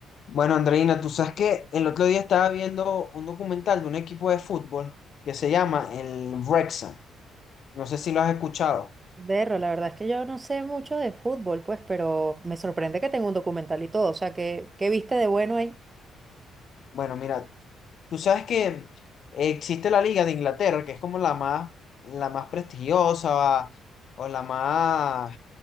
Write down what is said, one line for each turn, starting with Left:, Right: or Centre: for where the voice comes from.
Left: Bueno, Andreina, tú sabes que el otro día estaba viendo un documental de un equipo de fútbol que se llama el Wrexham. No sé si lo has escuchado.
Right: Berro, la verdad es que yo no sé mucho de fútbol, pues, pero me sorprende que tenga un documental y todo. O sea, ¿qué, qué viste de bueno ahí?
Left: Bueno, mira, tú sabes que existe la Liga de Inglaterra, que es como la más, la más prestigiosa o la más,